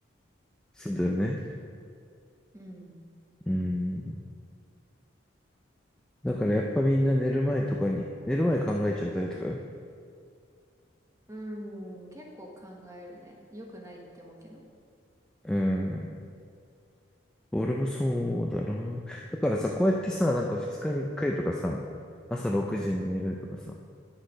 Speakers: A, in the centre; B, on the right (about 15°).
A: そうだよね。
B: うん。
A: うん。だからやっぱみんな寝る前とかに、寝る前考えちゃうタイプ
B: うん。結構考えるね。良くないって思うけど。
A: うん。俺もそうだな。だからさ、こうやってさ、なんか2日に1回とかさ、朝6時に寝るとかさ、
B: うん。